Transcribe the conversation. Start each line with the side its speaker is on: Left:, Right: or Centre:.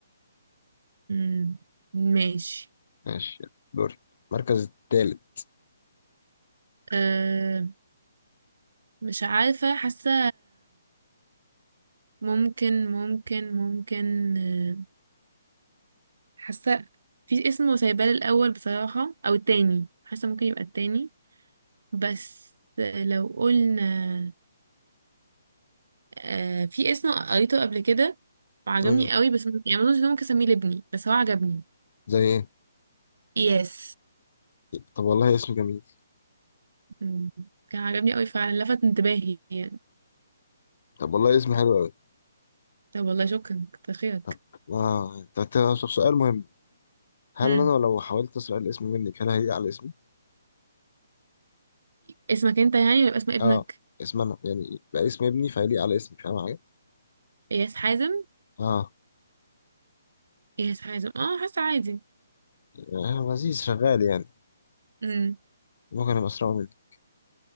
Right: امم ماشي
Left: ماشي دوري المركز التالت
Right: أه مش عارفة حاسة ممكن ممكن ممكن أه حاسة في اسمه سايبال الأول بصراحة أو التاني حاسة ممكن يبقى التاني بس لو قلنا أه في اسم قريته قبل كده وعجبني
Left: مم.
Right: قوي بس م- يعني مظنش إن أنا ممكن أسميه لابني بس هو عجبني
Left: زي ايه
Right: يس
Left: طب والله اسم جميل
Right: مم. كان عجبني قوي فعلا لفت انتباهي يعني
Left: طب والله اسم حلو قوي
Right: طب والله شكرا كتر خيرك
Left: طب اه طب طب- طب سؤال مهم هل
Right: مم.
Left: انا لو حاولت اسرق الاسم منك هل هيليق على اسمي
Right: اسمك انت يعني ولا يبقى اسم ابنك
Left: اه اسم انا يعني بقى اسم ابني فهيليق على اسمي فاهم حاجه
Right: اياس حازم
Left: اه
Right: اياس حازم اه حاسه عادي
Left: آه، لذيذ شغال يعني
Right: امم
Left: بكرة الأسرع منك